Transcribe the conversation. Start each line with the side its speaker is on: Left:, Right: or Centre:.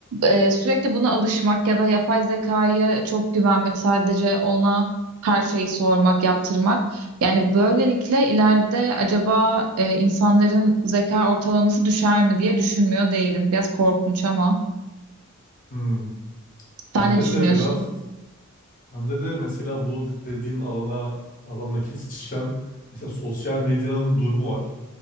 Right: e, sürekli buna alışmak ya da yapay zekaya çok güvenmek, sadece ona her şeyi sormak, yaptırmak. Yani böylelikle ileride acaba e, insanların zeka ortalaması düşer mi diye düşünmüyor değilim. Biraz korkunç ama
Left: Hmm. Bende
Right: sen ne düşünüyorsun?
Left: de biraz, bende de mesela bu dediğin alana, alanla kesişen mesela sosyal medyanın durumu var.